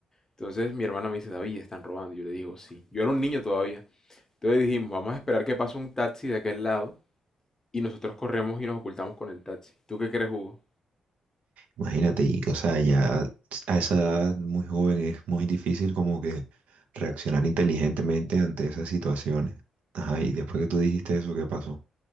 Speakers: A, on the left; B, on the right.
A: Entonces mi hermana me dice, David, están robando. Yo le digo, sí. Yo era un niño todavía. Entonces dijimos, vamos a esperar que pase un taxi de aquel lado y nosotros corremos y nos ocultamos con el taxi. ¿Tú qué crees, Hugo?
B: Imagínate, y, o sea, ya a esa edad muy joven es muy difícil como que reaccionar inteligentemente ante esas situaciones. Ajá, y después que tú dijiste eso, ¿qué pasó?